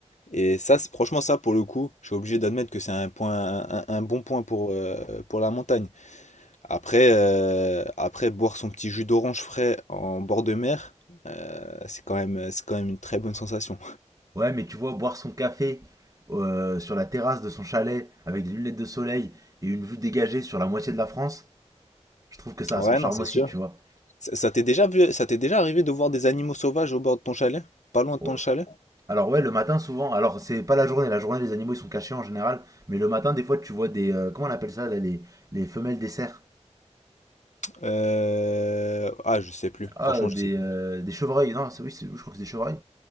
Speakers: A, on the left (about 80°); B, on the right (about 30°).
A: Et ça, c'est- franchement ça pour le coup, je suis obligé d'admettre que c'est un point, un, un bon point pour, euh, pour la montagne. Après, euh, après boire son petit jus d'orange frais en bord de mer, euh, c'est quand même, c'est quand même une très bonne sensation.
B: Ouais, mais tu vois, boire son café euh, sur la terrasse de son chalet, avec des lunettes de soleil, et une vue dégagée sur la moitié de la France, je trouve que ça
A: Ouais,
B: a son charme
A: non, c'est
B: aussi,
A: sûr.
B: tu vois.
A: Ça ça t'est déjà vu, ça t'est déjà arrivé de voir des animaux sauvages au bord de ton chalet? Pas loin de
B: Oh.
A: ton chalet?
B: Alors ouais, le matin souvent. Alors c'est pas la journée, la journée les animaux ils sont cachés en général, mais le matin des fois tu vois des euh, comment on appelle ça là, les les femelles des cerfs.
A: Euh... Ah, je sais plus.
B: Ah
A: Franchement,
B: des
A: je sais plus.
B: euh, des chevreuils. Non, c'est oui, c'est- je crois que c'est des chevreuils.